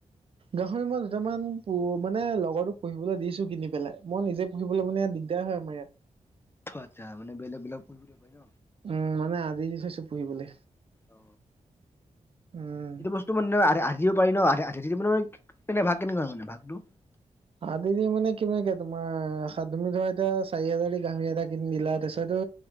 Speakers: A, on the right; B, on the left.
A: গাহৰি, মই দুটামান প মানে লগৰটোক পঢ়িবলৈ দিছো কিনি পেলাই মই নিজে। পুহিবলৈ মানে ইয়াত দিগদাৰ হয় আমাৰ ইয়াত।
B: আত‌ছা মানে বেলেগ বলেগাক ভ পায় ন
A: উম মানে আযি দি থৈছো পুহিবলে
B: অ
A: উম।
B: এইটো বস্তু মানে হা দিব পাৰি ন আ দিব ন ভাগ কেনেকুৱা হয় মানে ভাগটো।
A: আদিদি মানে কিমান কে তোমাৰ তুমি ধৰা এতিয়া চাৰি হাজাৰ গাহৰি, এটা কিনি দিলা তাৰিছতো।